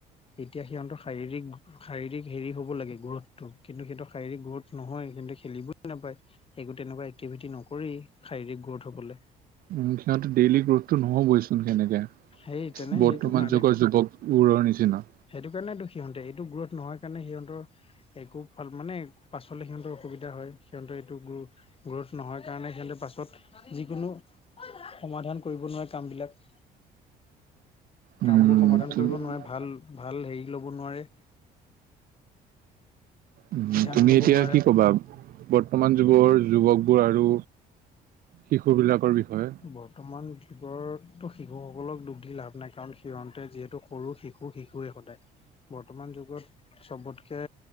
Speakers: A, on the left; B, on the right.
A: এতিয়া সিহঁতৰ শাৰীৰিক শাৰীৰিক হেৰি হ'ব লাগে গ্ৰথটো কিন্তু সেইটো শাৰীৰিক গ্ৰথ নহয় কিন্তু খেলিবই নাপায়। সেইবোৰ তেনেকুৱা এক্টিভিটি নকৰি শাৰীৰিক গ্ৰথ হ'বলৈ।
B: উম সিহঁতে ডেইলি গ্ৰথটো নহ'বইচোন সেনেকে।
A: সেই তেনে
B: বৰ্তমান
A: সেইটো কাৰণেতো
B: যুগৰ যুৱকবোৰৰ নিচিনা।
A: সেইটো কাৰণেতো সিহঁতে এইটো গ্ৰোথ নহয় কাৰণে সিহঁতৰ একো খন মানে পাছলৈ সিহঁতৰ অসুবিধা হয়, সিহঁতৰ এইটো গ্ৰ গ্ৰ'থ নহয় কাৰণে সিহঁতে পাছত যিকোনো সমাধান কৰিব নোৱাৰা কামবিলাক
B: উম
A: কামবোৰ সমাধান
B: উম
A: কৰিব নোৱাৰে, ভাল ভাল হেৰি ল'ব নোৱাৰে।
B: উম,
A: সিদ্ধান্ত
B: তুমি
A: ল'ব
B: এতিয়া
A: নোৱাৰে
B: কি কবা বৰ্তমান যুগৰ যুৱকবোৰ আৰু শিশুবিলাকৰ বিষয়ে
A: বৰ্তমান যুগৰতো শিশুসকলক দুখী লাভ নাই কাৰণ সিহঁতে যিহেতু সৰু শিশু শিশুৱে সদায় বৰ্তমান যুগত চবতকে